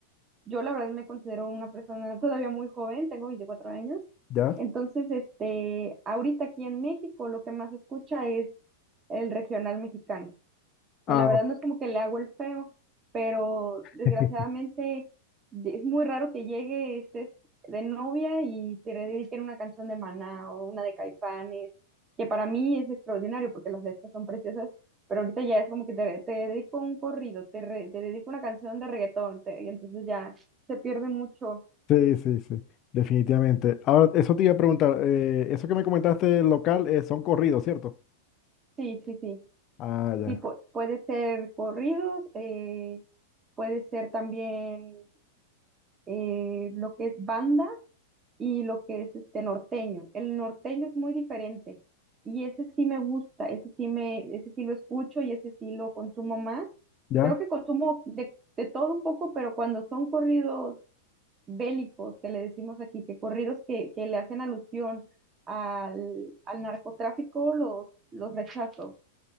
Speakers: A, on the right (about 25°); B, on the left (about 40°).
A: yo la verdad me considero una persona todavía muy joven, tengo 24 años,
B: ¿ya?
A: entonces, este, ahorita aquí en México lo que más se escucha es el regional mexicano.
B: Ah,
A: Y la verdad no es como que le hago el feo, pero desgraciadamente
B: <laughs>
A: de- es muy raro que llegue, estés de novia y te dediquen una canción de Maná o una de Caifanes, que para mí es extraordinario porque las letras son preciosas, pero ahorita ya es como que te, te dedico un corrido, te, re- te dedico una canción de reggaetón, te- y entonces ya se pierde mucho.
B: sí, sí, sí, definitivamente. Ahora, eso te iba a preguntar, eh, eso que me comentaste local, eh, son corridos, ¿cierto?
A: Sí, sí, sí.
B: Ah, ya.
A: Sí, pu- puede ser corridos, eh, puede ser también eh, lo que es banda y lo que es este norteño. El norteño es muy diferente y ese sí me gusta, ese sí me, ese sí lo escucho y ese sí lo consumo más.
B: ¿Ya?
A: Creo que consumo de, de todo un poco, pero cuando son corridos bélicos, que le decimos aquí, que corridos que, que le hacen alusión al, al narcotráfico, los, los rechazo